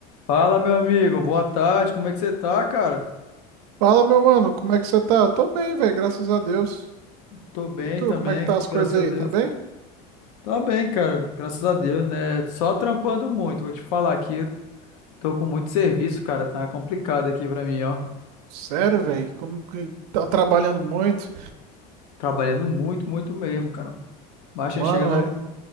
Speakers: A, on the left (about 75°); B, on the right (about 80°).
A: Fala, meu amigo. Boa tarde. Como é que você tá, cara?
B: Fala, meu mano, como é que você tá? Eu tô bem, velho, graças a Deus.
A: Tô bem
B: E tu,
A: também,
B: como é que tá as coisas
A: graças
B: aí?
A: a Deus.
B: Tá bem?
A: Tá bem, cara. Graças a Deus, né? Só trampando muito. Vou te falar aqui, eu tô com muito serviço, cara. Tá complicado aqui pra mim, ó.
B: Sério, velho? Como que tá trabalhando muito?
A: Trabalhando muito, muito mesmo, cara. Baixa
B: Mano,
A: chega no...
B: é...